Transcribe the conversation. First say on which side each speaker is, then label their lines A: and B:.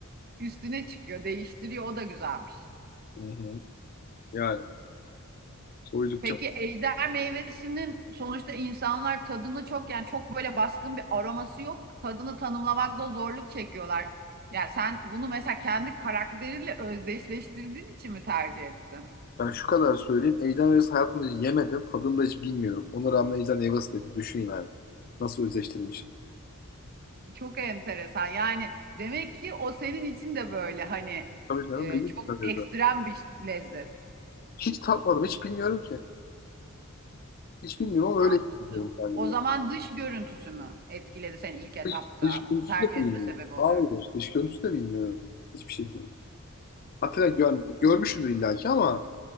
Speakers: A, on the right (about 45°); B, on the left (about 45°).
A: üstüne çıkıyor, değiştiriyor. O da güzelmiş.
B: Hı hı. yani soydukça
A: Peki ejder meyvesinin sonuçta insanlar tadını çok yani çok böyle baskın bir aroması yok. Tadını tanımlamakta zorluk çekiyorlar. Yani sen bunu mesela kendi karakteriyle özdeşleştirdiğin için mi tercih ettin?
B: Ben şu kadar söyleyeyim. Ejder meyvesi hayatımda hiç yemedim. Tadını da hiç bilmiyorum. Ona rağmen ejder meyvesi dedi. Düşün yani. Nasıl özleştirmişim.
A: Çok enteresan. Yani demek ki o senin için de böyle hani
B: Tabii canım
A: e,
B: benim için
A: çok
B: öyle
A: ekstrem
B: zaten.
A: bir lezzet.
B: Hiç tatmadım. Hiç bilmiyorum ki. Hiç bilmiyorum ama
A: Anladım.
B: öyle hissediyorum kendimi.
A: O zaman dış görüntüsü mü etkiledi seni ilk etapta
B: Dış, dış görüntüsü
A: bunu tercih
B: de bilmiyorum.
A: etme sebebi olarak?
B: Hayır. Dış görüntüsü de bilmiyorum. Hiçbir şekilde. Hatta gör, görmüşümdür illaki ama